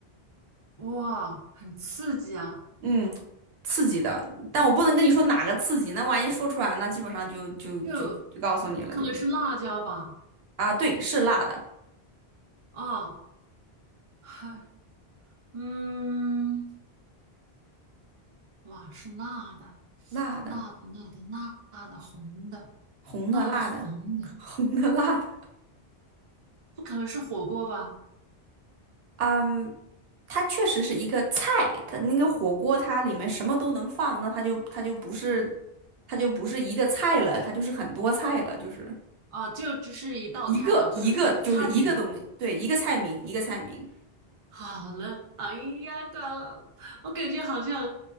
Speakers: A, on the right; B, on the right.
A: 哇，很刺激啊，
B: 嗯，刺激的。但我不能跟你说哪个刺激，那万一说出来，那基本上就就就就告诉你了，
A: 就不可能是辣椒吧？
B: 就是啊，对，是辣的，
A: 啊，<laughs> 还嗯，哇，是辣的。
B: 辣的，
A: 辣的辣的辣的红的
B: 红的辣的，
A: 辣的红的，
B: <laughs> 红的辣的。
A: 不可能是火锅吧？
B: 嗯，它确实是一个菜，它那个火锅它里面什么都能放，那它就它就不是它就不是一个菜了，它就是很多菜了，就是
A: 啊，就只是一道菜嘛，
B: 一个一个就是一个东西，
A: 就是一个菜名儿
B: 对，一个菜名一个菜名。
A: 好了，哎呀，挂了，我感觉好像，